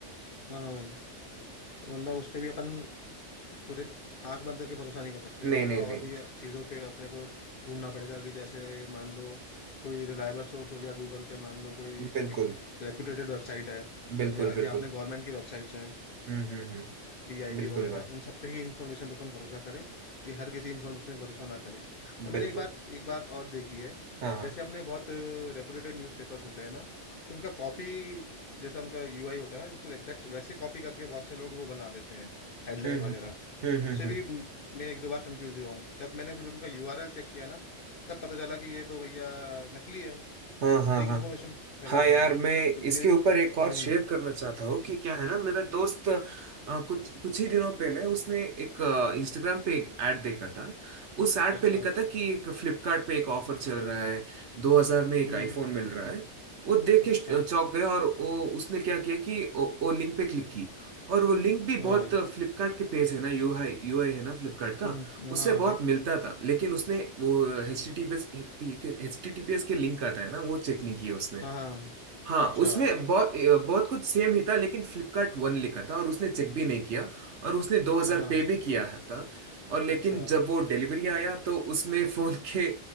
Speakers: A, on the left; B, on the right.
A: हाँ हाँ भाई तो मतलब उस पे भी अपन पूरे आंख बंद करके भरोसा नहीं कर सकते
B: नहीं
A: हैं मतलब
B: नहीं
A: और
B: नहीं
A: भी चीज़ों पे अपने को ढूंढना पड़ेगा कि जैसे मान लो कोई रिलायबल सोर्स हो गया गूगल पे मान लो कोई
B: बिल्कुल
A: एक रेपुटेटेड वेबसाइट है
B: बिल्कुल
A: या
B: बिल्कुल
A: या अपने गवर्नमेंट की वेबसाइट्स हैं
B: हम्म हम्म हम्म
A: पीआईबी
B: बिल्कुल
A: वगैरह
B: भाई
A: उन सब पे ही इंफॉर्मेशन पे अपन भरोसा करें ये हर किसी इंफॉर्मेशन पे भरोसा ना करें और मैंने
B: बिल्कुल
A: एक बात एक बात और देखी है
B: हाँ हाँ
A: जैसे अपने बहुत रेपुटेड न्यूज़पेपर्स होते हैं ना तो उनका कॉपी जैसा उनका यूआई होता है ना बिल्कुल एग्जैक्ट वैसे कॉपी करके बहुत से लोग वो बना देते हैं हेडलाइन
B: हम्म
A: वगैरह
B: हम्म हम्म
A: तो उससे
B: हम्म हम्म
A: भी म- मैं एक दो बार कंफ्यूज हुआ हूँ जब मैंने फिर उनका यूआरएल चेक किया ना तब पता चला कि ये तो भैया नकली है
B: हाँ
A: ये तो
B: हाँ
A: फेक
B: हाँ
A: इन्फॉर्मेशन फैला
B: हाँ यार
A: रहे हैं
B: मैं
A: तो
B: इसके
A: मेरे
B: ऊपर एक और
A: हम्म
B: शेयर करना चाहता हूँ कि क्या है ना मेरा दोस्त अ, कुछ कुछ ही दिनों पहले उसने एक इंस्टाग्राम पे एक ऐड देखा था उस ऐड
A: अच्छा
B: पे लिखा था कि एक फ्लिपकार्ट पे एक ऑफर चल रहा है 2000 में एक
A: हम्म
B: आईफोन मिल रहा है वो देख
A: अच्छा
B: के श- चौंक गया और वो उसने क्या किया कि वो, वो लिंक पे क्लिक की और वो लिंक भी बहुत
A: हाँ भाई
B: फ्लिपकार्ट के पेज है ना यूआई यूआई है ना फ्लिपकार्ट का
A: हम्म
B: उससे
A: हाँ
B: बहुत
A: भाई
B: मिलता था लेकिन उसने वो H T T P S H T T P S के लिंक आता है ना वो चेक नहीं किया उसने
A: हाँ हाँ
B: हाँ
A: अच्छा
B: उसमें बहुत बहुत कुछ सेम ही था लेकिन फ्लिपकार्ट वन लिखा था और उसने चेक भी नहीं किया और उसने 2000
A: हाँ हाँ
B: पे भी किया था और लेकिन
A: अच्छा
B: जब वो डिलीवरी आया तो उसमें फोन <laughs> के